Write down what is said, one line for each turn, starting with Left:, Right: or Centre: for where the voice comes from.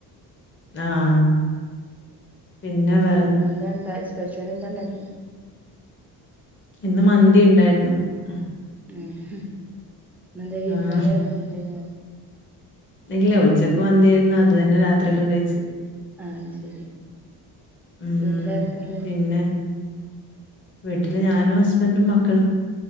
Left: ആഹ് പിന്നെ വേ
Centre: അഹെന്തണ്ട സ്പെഷല് എന്താണ്ടാക്കിയെ?
Left: ഇന്ന് മന്തി ഇണ്ടായിര്ന്നു. ഉം
Centre: ഉം ഹ്മ് ഇന്നെന്തേ വിരുന്നാര്
Left: ആ
Centre: വെരാണ്ടയ്നോ?
Left: ഇല്ല ഉച്ചക്ക് മന്തിയായിരുന്നു അത് തന്നെ രാത്രിയിലും കഴ്ച്ചു.
Centre: ആഹ് അത് ശെരി
Left: ഉം.
Centre: വീട്ടിലാരൊക്കെ ഇള്ളേ?
Left: പിന്നെ വീട്ടില് ഞാനും ഹസ്ബെന്റും മക്കളും.